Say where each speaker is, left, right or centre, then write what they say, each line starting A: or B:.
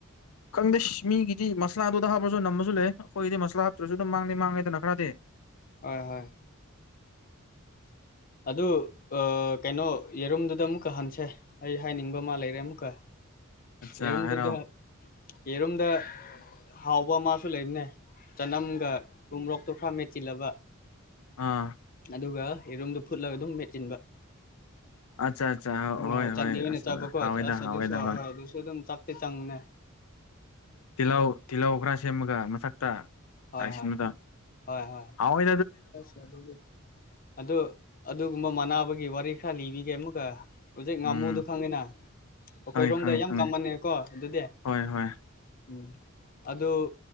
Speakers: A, on the left (about 80°); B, on the left (about 40°).
A: ꯈꯪꯗꯦ ꯃꯤꯒꯤꯗꯤ ꯃꯁꯂꯥꯗꯨꯗ ꯍꯥꯞꯄꯁꯨ ꯅꯝꯃꯁꯨ ꯂꯩ ꯑꯩꯈꯣꯏꯒꯤꯗꯤ ꯃꯁꯂꯥ ꯍꯥꯞꯇ꯭ꯔꯁꯨ ꯑꯗꯨꯝ ꯃꯥꯡꯗꯦ ꯃꯥꯡꯉꯦꯗꯅ ꯈꯔꯗꯤ
B: ꯍꯣꯏ ꯍꯣꯏ ꯑꯗꯨ ꯀꯩꯅꯣ ꯌꯦꯔꯨꯝꯗꯨꯗ ꯑꯃꯨꯛꯀ ꯍꯟꯁꯦ ꯑꯩ ꯍꯥꯏꯅꯤꯡꯕ ꯑꯃ ꯂꯩꯔꯦ ꯑꯃꯨꯛꯀ
A: ꯑꯠꯆꯥ
B: ꯌꯦꯔꯣꯝꯗꯨꯗ
A: ꯍꯥꯏꯔꯛꯑꯣ
B: ꯌꯦꯔꯣꯝꯗ ꯍꯥꯎꯕ ꯑꯃꯁꯨ ꯂꯩꯕꯅꯦ ꯆꯅꯝꯒ ꯎꯨꯝꯔꯣꯛꯇꯨ ꯈꯔ ꯃꯦꯠꯆꯤꯜꯂꯕ
A: ꯑꯥ
B: ꯑꯗꯨꯒ ꯌꯦꯔꯨꯝꯗꯣ ꯐꯨꯠꯂꯒ ꯑꯗꯨꯝ ꯃꯦꯠꯆꯤꯟꯕ
A: ꯑꯠꯆꯥ ꯑꯠꯆꯥ
B: ꯍꯣꯏ ꯍꯣꯏ ꯆꯠꯅꯤ ꯑꯣꯏꯅ
A: ꯑꯁ
B: ꯆꯥꯕꯀꯣ
A: ꯍꯥꯎꯋꯦꯗ
B: ꯑꯁ
A: ꯍꯥꯎꯋꯦꯗ
B: ꯑꯗꯨꯁꯨ ꯍꯣꯏ ꯑꯗꯨꯁꯨ ꯑꯗꯨꯝ ꯆꯥꯛꯠꯇꯦ ꯆꯪꯅꯦ
A: ꯇꯤꯜꯍꯧ ꯇꯤꯜꯍꯧ ꯈꯔ ꯁꯦꯝꯃꯒ ꯃꯊꯛꯇ
B: ꯍꯣꯏ
A: ꯇꯥꯏꯁꯤꯗ
B: ꯍꯣꯏ ꯍꯣꯏ ꯍꯣꯏ
A: ꯍꯥꯎꯋꯥ
B: ꯑꯁ ꯑꯗꯨꯗꯤ ꯑꯗꯨ ꯑꯗꯨꯒꯨꯝꯕ ꯃꯅꯕꯒꯤ ꯋꯥꯔꯤ ꯈꯔ ꯂꯤꯕꯤ ꯌꯦꯃꯒ ꯍꯧꯖꯤꯛ ꯉꯥꯃꯨꯗꯨꯣ
A: ꯎꯝ
B: ꯈꯪꯉꯤꯅ ꯑꯩꯈꯣꯏꯔꯣꯝꯗ
A: ꯈꯪꯉꯦ ꯈꯪꯉꯦ
B: ꯌꯥꯝ
A: ꯈꯪꯉꯦ
B: ꯀꯃꯟꯅꯦꯀꯣ ꯑꯗꯨꯗꯤ
A: ꯍꯣꯏ ꯍꯣꯏ
B: ꯎꯝ ꯑꯗꯨ